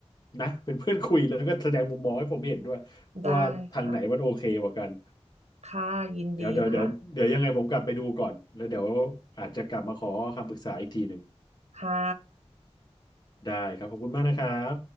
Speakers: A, on the left; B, on the right.
A: นะเป็นเพื่อนคุยแล้วก็แสดงมุมมองให้ผมเห็นด้วย
B: ได้ค่ะ
A: ว่าทางไหนมันโอเคกว่ากัน
B: ค่ะยินดีค่ะ
A: เดี๋ยวเดี๋ยวเดี๋ยวเดี๋ยวยังไงผมกลับไปดูก่อนแล้วเดี๋ยวอาจจะกลับมาขอคำปรึกษาอีกทีหนึ่ง
B: ค่ะ
A: ได้ครับขอบคุณมากนะครับ